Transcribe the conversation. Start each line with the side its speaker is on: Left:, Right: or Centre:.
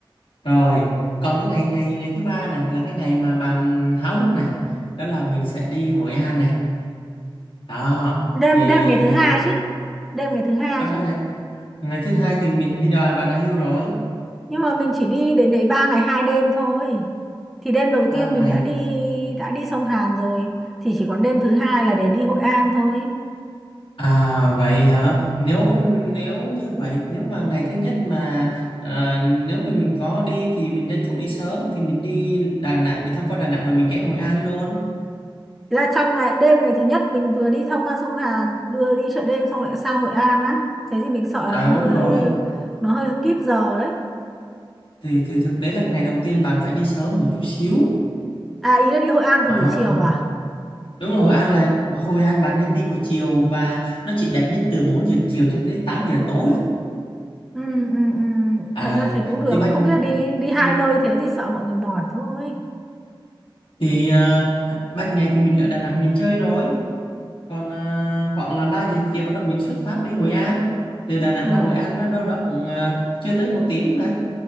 Left: Rồi, còn cái ngày ngày ngày thứ ba này là cái ngày mà bạn háo hức này, đó là mình sẽ đi Hội An này. Đó,
Centre: đêm
Left: thì
Centre: đêm ngày thứ
Left: thì
Centre: hai
Left: Hội
Centre: chứ đêm ngày thứ hai
Left: ở đang
Centre: chứ
Left: ngày, ngày thứ hai thì mình đi đò Bà Nà Hills rồi,
Centre: nhưng mà mình chỉ đi đến đấy ba ngày hai đêm thôi thì đêm đầu
Left: ba
Centre: tiên
Left: ngày.
Centre: mình đã đi đã đi sông Hàn rồi thì chỉ còn đêm thứ hai là để đi Hội An thôi
Left: À vậy hả? Nếu nếu như vậy, nếu mà ngày thứ nhất mà à, nếu mà mình có đi thì mình tranh thủ đi sớm thì mình đi Đà Nẵng, mình tham quan Đà Nẵng rồi mình ghé Hội An luôn.
Centre: là trong ngày đêm ngày thứ nhất mình vừa đi tham quan sông Hàn vừa đi chợ đêm xong lại sang Hội An á thế thì mình sợ
Left: Ờ
Centre: là nó
Left: đúng
Centre: hơi
Left: rồi.
Centre: hơi hơi nó hơi kíp giờ đấy
Left: Thì thì thực tế là cái ngày đầu tiên bạn phải đi sớm một chút xíu.
Centre: à ý là đi Hội An từ
Left: À
Centre: buổi chiều à
Left: Đúng rồi, Hội An là Hội An bạn nên đi buổi chiều và nó chỉ đẹp nhất từ 4 giờ chiều cho tới tám giờ tối. thôi.
Centre: ừ, ừ, ừ.
Left: À
Centre: thật ra thì cũng được
Left: thì ban
Centre: không biết là đi đi hai
Left: ừ,
Centre: nơi thế thì sợ mọi người mỏi thôi
Left: thì ờ, ban ngày thì mình ở Đà Nẵng mình chơi rồi, còn ờ, khoảng là 3 giờ chiều bắt đầu mình xuất phát đi Hội An. Từ Đà Nẵng
Centre: rồi
Left: ra Hội An đó đâu đó cũng ờ, chưa tới một tiếng mà,